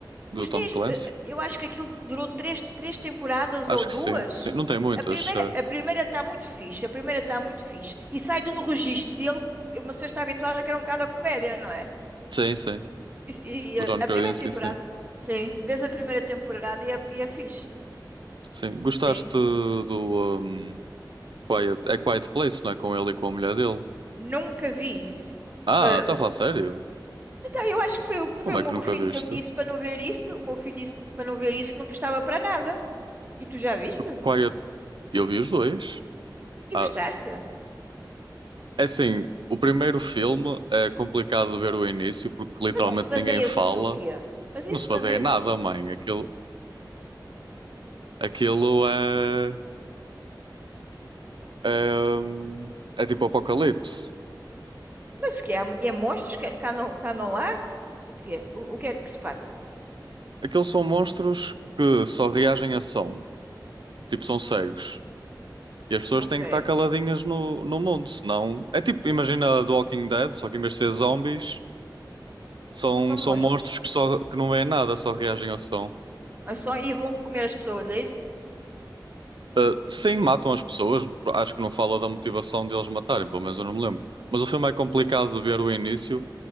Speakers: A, on the right; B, on the right.
A: Do
B: Gostei,
A: Tom
B: as-
A: Clancy?
B: eh, eh, eu acho que aquilo durou três, três temporadas
A: Acho
B: ou duas.
A: que sim, sim. Não tem muitas.
B: A primeira,
A: eh.
B: a primeira está muito fixe, a primeira está muito fixe. E sai do registro dele, uma pessoa está habituada que era um bocado a comédia, não é?
A: Sim, sim.
B: E, e
A: O
B: a
A: John Krasinski,
B: a primeira temporada,
A: sim.
B: sim, vês a primeira temporada e é, e é fixe.
A: Sim. Gostaste
B: Sim,
A: do um, Quiet... É Quiet Place, não é? Com ele e com a mulher dele.
B: nunca vi isso.
A: Ah,
B: Ah,
A: está
B: o-
A: a falar sério?
B: então, eu acho que foi, o- foi
A: Como
B: o
A: é
B: meu
A: que nunca
B: filho
A: viste?
B: que me disse para não ver isso. O meu filho disse para não ver isso, que não prestava para nada. E tu já viste?
A: Quiet. Eu vi os dois.
B: E
A: Ah,
B: gostaste?
A: é assim, o primeiro filme é complicado de ver o início porque literalmente
B: Mas isso baseia-se
A: ninguém fala.
B: no quê? Mas isso
A: Não se baseia
B: baseia-se
A: em nada,
B: no quê?
A: mãe. Aquilo, aquilo é, é, é tipo apocalipse.
B: Mas o quê? Há, é monstros que- cá não, cá não há? O quê? O, o que é que se passa?
A: Aqueles são monstros que só reagem a som. Tipo, são cegos. E as pessoas
B: Ok,
A: têm que estar caladinhas no, no mundo, senão... É tipo, imagina The Walking Dead, só que em vez de ser zombies, são,
B: são
A: são
B: monstros.
A: monstros que, só, que não veem nada, só reagem a som.
B: Ah, só- e vão comer as pessoas, é isso?
A: Ah, sim, matam as pessoas. Acho que não fala da motivação deles matarem, pelo menos eu não me lembro. Mas o filme é complicado de ver o início